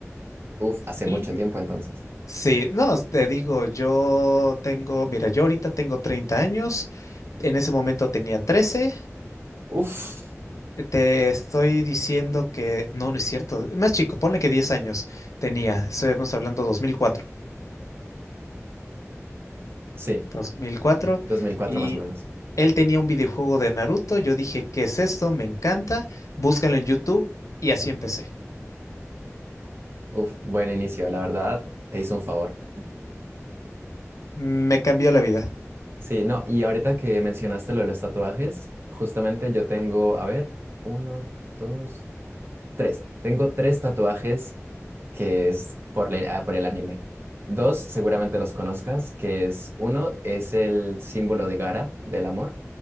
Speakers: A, on the right; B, on the left.
A: Uf, hace
B: y
A: mucho
B: m-
A: tiempo entonces.
B: sí, no, te digo, yo tengo, mira, yo ahorita tengo 30 años, en ese momento tenía trece
A: Uf,
B: Te estoy diciendo que no, no es cierto. Más chico, ponle que 10 años tenía. Estamos hablando dos dos mil cuatro,
A: Sí,
B: dos mil cuatro,
A: 2004
B: Y
A: más o menos.
B: él tenía un videojuego de Naruto. Yo dije, ¿qué es esto? Me encanta. Búscalo en YouTube. Y así empecé.
A: Uf, buen inicio, la verdad, te hizo un favor.
B: Me cambió la vida.
A: Sí, no, y ahorita que mencionaste lo de los tatuajes, justamente yo tengo, a ver, uno, dos, tres. Tengo tres tatuajes que es por, le- ah, por el anime. Dos, seguramente los conozcas, que es uno es el símbolo de Gara, del amor.